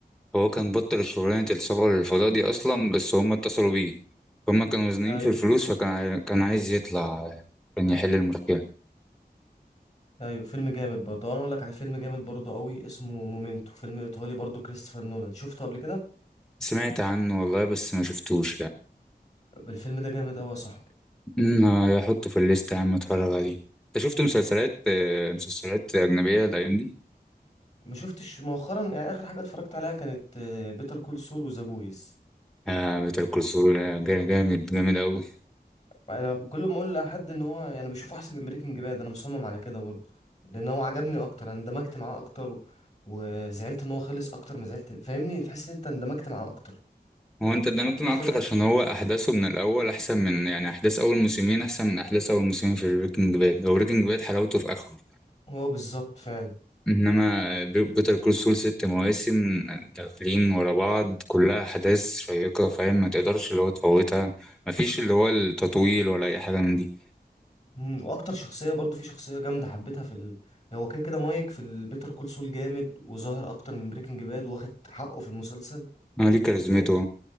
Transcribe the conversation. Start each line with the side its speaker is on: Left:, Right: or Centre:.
Centre: هو كان بطل شغلانة السفر للفضاء دي أصلا بس هما اتصلوا بيه هما كانوا مزنوقين
Left: ايوه
Centre: في الفلوس فكان عاي... كان عايز يطلع كان يحل المشكلة
Left: ايوه فيلم جامد برضه انا اقول لك على فيلم جامد برضه قوي اسمه مومنتو فيلم ايطالي برضه كريستوفر نولان شفته قبل كده
Centre: سمعت عنه والله بس ما شفتوش لا
Left: الفيلم ده جامد قوي يا صاحبي
Centre: امم هحطه في الليستة يا عم اتفرج عليه انت شفت مسلسلات آه، مسلسلات أجنبية الأيام دي؟
Left: ما شفتش مؤخرا يعني اخر حاجه اتفرجت عليها كانت بيتر كول سول وذا بويز
Centre: آه بيتر كول جامد جامد أوي
Left: انا كل ما اقول لحد ان هو يعني بشوفه احسن من بريكنج باد انا مصمم على كده برضه لان هو عجبني اكتر انا اندمجت معاه اكتر وزعلت ان هو خلص اكتر ما زعلت فاهمني تحس ان انت اندمجت معاه اكتر
Centre: هو أنت اتدمجت
Left: دي
Centre: معاه
Left: الفكره
Centre: أكتر عشان هو أحداثه من الأول أحسن من يعني أحداث أول موسمين أحسن من أحداث أول موسمين في بريكنج باد هو بريكنج باد حلاوته في آخره
Left: هو بالظبط فعلا
Centre: إنما بيتر كول سول ست مواسم داخلين ورا بعض كلها أحداث شيقة فاهم ما تقدرش اللي هو تفوتها مفيش اللي هو التطويل ولا أي حاجة من دي
Left: مم، واكتر شخصيه برضه في شخصيه جامده حبيتها في ال... هو كده كده مايك في البيتر كول سول جامد وظاهر اكتر من بريكنج باد واخد حقه في المسلسل
Centre: آه ليه كاريزمته
Left: آه،